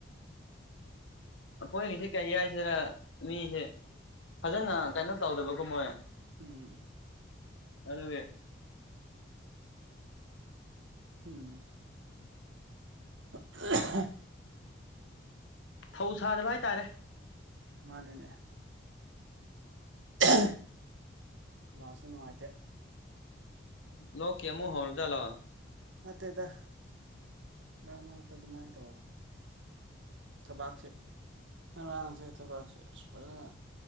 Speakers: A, on the left; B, on the right.
A: ꯑꯩꯈꯣꯏꯒꯤꯗꯤ ꯀꯔꯤ ꯍꯥꯏꯁꯤꯗ ꯃꯤꯁꯦ ꯐꯖꯅ ꯀꯩꯅꯣ ꯇꯧꯗꯕꯀꯣ ꯃꯣꯏ
B: ꯎꯝ
A: ꯑꯗꯨꯒꯦ
B: ꯎꯝ <unintelligible>
A: ꯊꯧ ꯁꯥꯗꯕ ꯍꯥꯏꯇꯥꯔꯦ
B: ꯃꯥꯅꯦꯅꯦ ꯑꯁ ꯈꯅꯥꯎꯁꯦ ꯅꯨꯡꯉꯥꯏꯇꯦ
A: ꯂꯣꯛꯀꯤ ꯑꯃꯨꯛ ꯍꯧꯔꯥ ꯖꯥꯠꯂꯣ
B: ꯅꯠꯇꯦꯗ ꯃꯔꯛ ꯃꯔꯛꯇ ꯑꯗꯨꯃꯥꯏꯅ ꯇꯧꯕꯅꯦ ꯊꯕꯥꯛꯁꯦ ꯉꯔꯥꯡꯁꯦ ꯊꯕꯥꯛꯁꯦ ꯑꯁ ꯐꯖꯅ